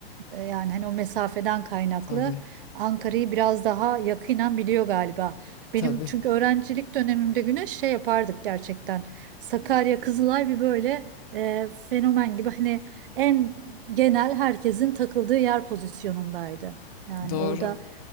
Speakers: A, on the right (about 60°); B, on the left (about 35°).
A: E, Yani hani o mesafeden kaynaklı
B: Tabii,
A: Ankara'yı biraz daha yakinen biliyor galiba. Benim
B: tabii.
A: çünkü öğrencilik dönemimde Güneş şey yapardık gerçekten. Sakarya, Kızılay bir böyle e, fenomen gibi hani en genel herkesin takıldığı yer pozisyonundaydı. Yani
B: Doğru.
A: orada